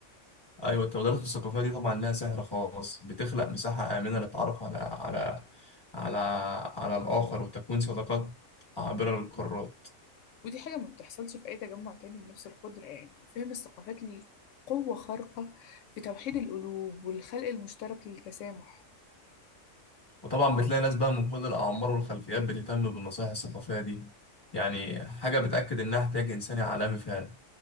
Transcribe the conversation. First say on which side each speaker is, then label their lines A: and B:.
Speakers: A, on the left; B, on the left.
A: ايوه التبادلات الثقافيه دي طبعا لها سحر خاص بتخلق مساحه امنه للتعرف على على على على الاخر وتكوين صداقات عابره للقارات
B: ودي حاجة ما بتحصلش في أي تجمع تاني بنفس القدرة يعني فهم الثقافات ليه قوة خارقة في توحيد القلوب والخلق المشترك للتسامح
A: وطبعا بتلاقي ناس بقى من كل الاعمار والخلفيات بتهتم بالنصائح الثقافيه دي يعني حاجه بتاكد انها احتياج انساني عالمي فعلا